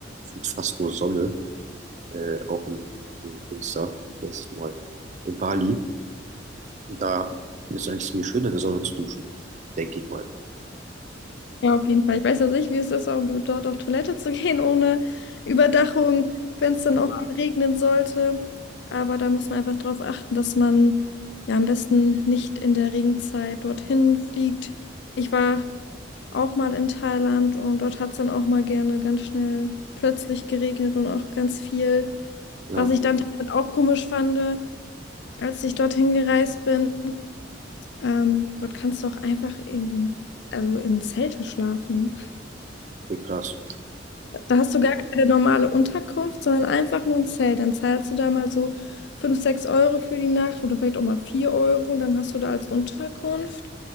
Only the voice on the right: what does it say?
äh, fast nur Sonne, äh, auch in, in Münster, letztes Mal in Bali. Da ist eigentlich ziemlich schön, in der Sonne zu duschen, denke ich mal.
Ja,
okay, krass.